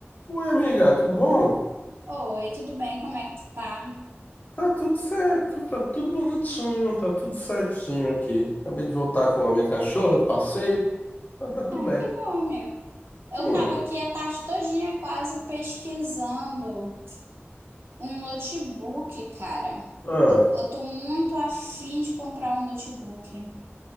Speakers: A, on the left; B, on the right.
A: Oi, amiga, tudo bom?
B: Oi, tudo bem? Como é que tu tá?
A: Tá tudo certo, tá tudo bonitinho, tá tudo certinho aqui. Acabei de voltar com a minha cachorra do passeio, tá, tá tudo
B: Ah,
A: bem.
B: que bom, amiga. Eu
A: Hum,
B: tava aqui a tarde todinha quase pesquisando um notebook, cara.
A: ah,
B: Eu, eu tô muito afim de comprar um notebook.